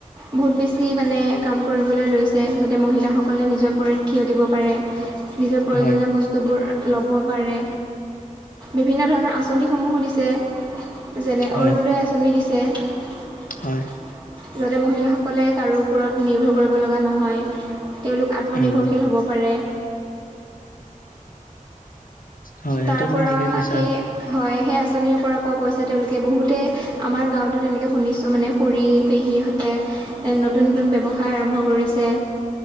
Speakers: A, on the right; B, on the left.
A: বহুত বেছি। মানে কাম কৰিবলৈ লৈছে যাতে মহিলাসকলে নিজৰ ভৰিত থিয় দিব পাৰে। নিজৰ প্ৰয়োজনীয়
B: হয়
A: বস্তুবোৰ ল'ব পাৰে। বিভিন্ন ধৰণৰ আঁচনি সমূহো দিছে, যেনে
B: হয়
A: অৰুণোদয় আঁচনি দিছে। <unintelligible>
B: হয়।
A: যাতে মহিলাসকলে কাৰো ওপৰত নিৰ্ভৰ কৰিব লগা নহয়। তেওঁলোক আত্মনিৰ্ভৰশীল
B: উম
A: হ'ব পাৰে
B: হয়
A: তাৰ
B: সেইটো তুমি
A: পৰা
B: ঠিকেই কৈছা
A: সেই হয় সেই আঁচনিৰ পৰা পোৱা পইচা তেওঁলোকে বহুতেই আমাৰ গাঁৱতো তেনেকৈ শুনিছোঁ মানে খুৰী পেহীহঁতে এ, নতুন-নতুন ব্যৱসায় আৰম্ভ কৰিছে।